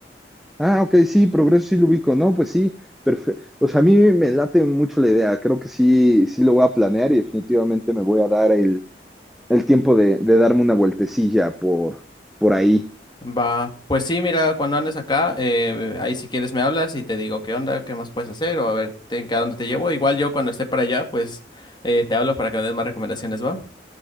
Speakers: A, in the centre; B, on the left.
A: Ah, ok, sí, Progreso sí lo ubico, ¿no? Pues sí, perfecto. O sea, a mí me late mucho la idea, creo que sí, sí lo voy a planear y definitivamente me voy a dar el, el tiempo de, de darme una vueltecilla por, por ahí.
B: Va, pues sí, mira, cuando andes acá, eh, ahí si quieres me hablas y te digo qué onda, qué más puedes hacer o a ver te- a dónde te llevo. Igual yo cuando esté para allá, pues eh, te hablo para que me des más recomendaciones, ¿va?